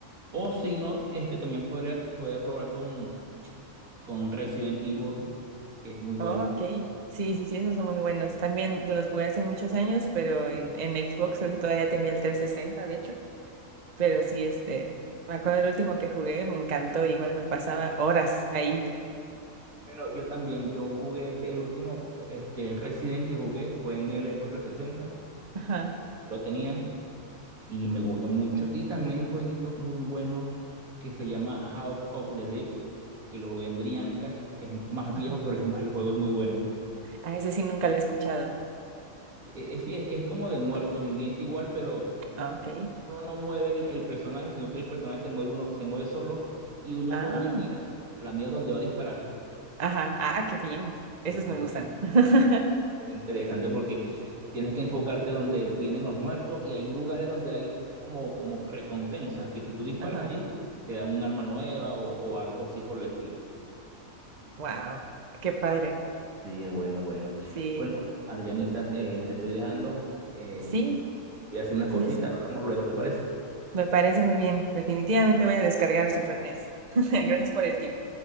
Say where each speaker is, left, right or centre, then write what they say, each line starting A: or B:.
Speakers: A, on the right; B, on the right.
A: o si no, este, también podría, podría probar con, con Resident Evil, que es muy bueno.
B: Oh, Ok, sí, sí, sí, esos son muy buenos. También los jugué hace muchos años, pero en, en Xbox creo que todavía tenía el 360, de hecho. Pero sí, este, me acuerdo el último que jugué, me encantó, igual me pasaba horas ahí.
A: Bueno, yo también, yo jugué el, el último este, Resident que jugué fue en el Xbox 360,
B: Ajá,
A: que lo tenía y me gustó mucho. Y también hay un jueguito muy bueno que se llama House of the Dead, que lo jugué en Dreamcast, es más
B: ajá.
A: viejo, pero es- <laughs> el juego es muy bueno.
B: Ah, ese sí nunca lo he escuchado.
A: E- Es, sí, es, es como de muertos viviente igual, pero
B: Ah, Ok.
A: uno no mueve el, el personaje, sino que el personaje se mueve, uno se mueve solo y uno
B: Ah,
A: mueve la mira, la mira donde va a disparar.
B: ajá, ah, qué bien. Esos
A: Sí, sí,
B: me gustan. <laughs>
A: Interesante porque tienes que enfocarte donde vienen los muertos y hay lugares donde hay como, como recompensas que si tú disparas
B: Ajá.
A: allí te dan un arma nueva o, o algo así por el estilo.
B: Wow, qué padre.
A: Sí, es bueno, es bueno.
B: Sí,
A: Bueno, Adrianita, eh, te estoy dejando. eh,
B: sí,
A: voy a hacer unas
B: sí,
A: cositas,
B: sí, sí.
A: hablamos luego, ¿te parece?
B: Me parece muy bien. Definitivamente voy a descargar Super NES. <laughs> Gracias por el tip.